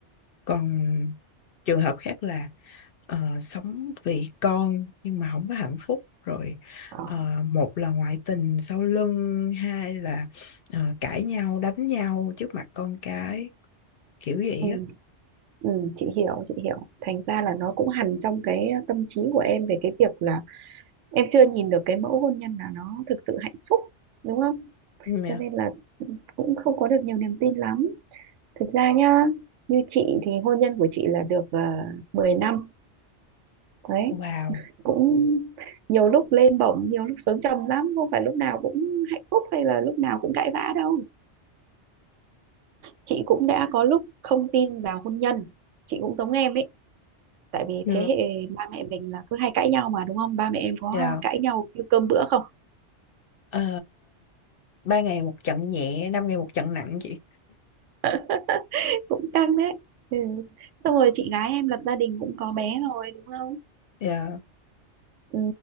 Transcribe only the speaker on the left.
còn trường hợp khác là ờ, sống vì con nhưng mà không có hạnh phúc rồi
ờ, một là ngoại tình sau lưng hai là ờ, cãi nhau đánh nhau trước mặt con cái kiểu vậy
á
Ừ, Yeah.
wow
yeah.
Yeah.
Ờ, ba ngày một trận nhẹ năm ngày một trận nặng chị
yeah.